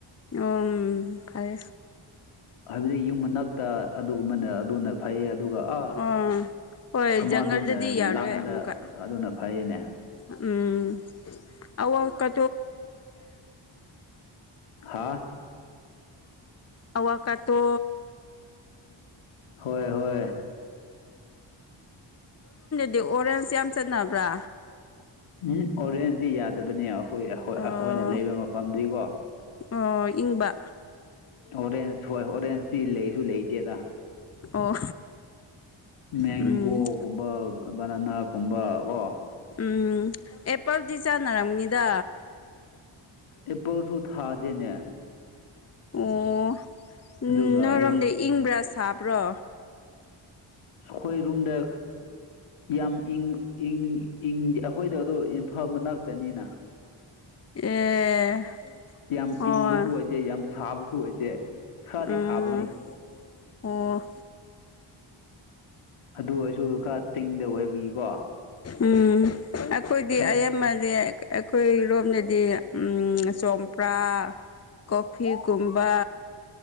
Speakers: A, on the left (about 30°); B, on the left (about 85°).
A: ꯑꯣꯝ ꯐꯥꯏ
B: ꯍꯥꯏꯕꯗꯤ ꯌꯨꯝ ꯃꯅꯥꯛꯇ ꯑꯗꯨꯒꯨꯝꯕꯅ ꯑꯗꯨꯅ ꯐꯩꯌꯦ ꯑꯗꯨꯒ ꯑꯥ
A: ꯑꯣ ꯍꯣꯏ
B: ꯑꯃꯗꯨꯅ
A: ꯖꯪꯒꯜꯗꯗꯤ ꯌꯥꯔꯣꯏ
B: ꯂꯝꯗ
A: ꯑꯃꯨꯛꯀ
B: ꯑꯗꯨꯅ ꯐꯩꯌꯦꯅꯦ
A: ꯎꯝ ꯑ ꯀ
B: ꯍꯥꯥ
A: ꯑꯋꯥ ꯀꯇꯣ
B: ꯍꯣꯏ ꯍꯣꯏ
A: ꯑꯗꯤ ꯑꯣꯔꯦꯟꯖ ꯌꯥꯝ ꯆꯠꯅꯕ꯭ꯔꯥ
B: ꯎꯝ ꯑꯣꯔꯦꯟꯖꯇꯤ ꯌꯥꯗꯕꯅꯦ ꯑꯩꯈꯣꯏ ꯑꯩꯈꯣꯏꯅ
A: ꯑꯣ
B: ꯂꯩꯕ ꯃꯐꯝꯗꯤꯀꯣ
A: ꯑꯣ ꯏꯪꯕ
B: ꯑꯣꯔꯦꯟꯖ ꯍꯣꯏ ꯑꯣꯔꯦꯟꯖꯇꯤ ꯂꯩꯁꯨ ꯂꯩꯇꯦꯗ
A: ꯑꯣ
B: ꯃꯦꯡꯒꯣꯒꯨꯝꯕ
A: ꯎꯝ
B: ꯕꯅꯅꯥꯒꯨꯝꯕ ꯀꯣ
A: ꯎꯝ ꯑꯦꯄꯜꯗꯤ ꯆꯥꯟꯅꯔꯝꯅꯤꯗ
B: ꯏ ꯄꯣꯁꯨ ꯊꯥꯖꯅꯦ
A: ꯑꯣ ꯎ
B: ꯑꯗꯨꯒ
A: ꯅꯔꯝꯂꯤ ꯏꯪꯕ꯭ꯔꯥ ꯁꯥꯄ꯭ꯔꯣ
B: ꯈꯣꯏꯔꯨꯝꯝꯗ ꯌꯥꯝꯪꯪ ꯑꯩꯈꯣꯏꯗ ꯑꯗ ꯏꯝꯐꯥꯜ ꯃꯅꯥꯛꯇꯅꯤꯅ
A: ꯑꯦ
B: ꯌꯥꯝ
A: ꯍꯣꯏ
B: ꯏꯪꯕꯁꯨ ꯑꯣꯏꯗꯦ ꯌꯥꯝ ꯁꯥꯕꯁꯨ ꯑꯣꯏꯗꯦ ꯈꯔꯗꯤ
A: ꯎꯝ
B: ꯁꯥꯕꯅꯤ
A: ꯑꯣ
B: ꯑꯗꯨ ꯑꯣꯏꯔꯁꯨ ꯈꯔ ꯆꯤꯡꯗ ꯑꯣꯏꯕꯒꯤꯀꯣ
A: ꯎꯝ ꯑꯩꯈꯣꯏꯗꯤ
B: ꯍꯣꯏ
A: ꯑꯌꯥꯝꯕꯁꯦ ꯑꯩꯈꯣꯏꯔꯣꯝꯗꯗꯤ ꯆꯣꯝꯄ꯭ꯔꯥ ꯀꯣꯐꯤꯒꯨꯝꯕ